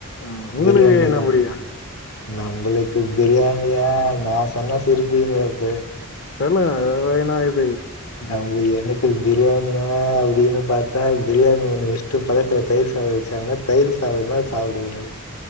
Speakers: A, on the left; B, on the left.
A: ஆமா. உங்களுக்கு
B: பிரியாணிதா
A: என்ன புடிக்கு
B: நம்புளுக்கு பிரியாணியா நா சொன்ன சிரிப்பீங்க இப்பே
A: தெர்லங்க அது வய நா இர்
B: நா உங்கள் எனத்தில் பிரியாணியா அப்டின்னு பாத்தா பிரியாணி ஒன்னு வெஷ்ட்டு பக்த்ல தயிர் சாதோ வெச்சாங்னா தயிர் சாததா சாப்டுவனே